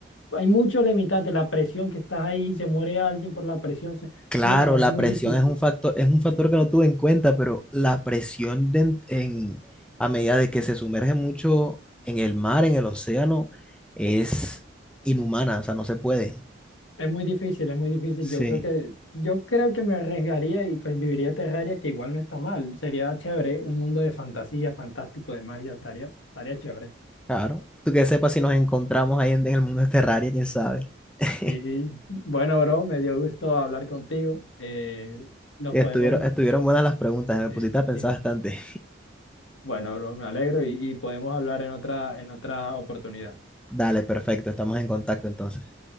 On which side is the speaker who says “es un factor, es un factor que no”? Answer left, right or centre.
Centre